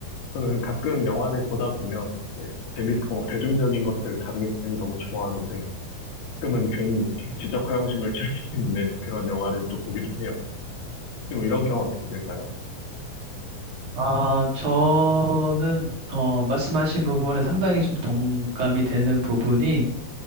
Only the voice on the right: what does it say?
아 저는 어, 말씀하신 부분에 상당히 좀 동감이 되는 부분이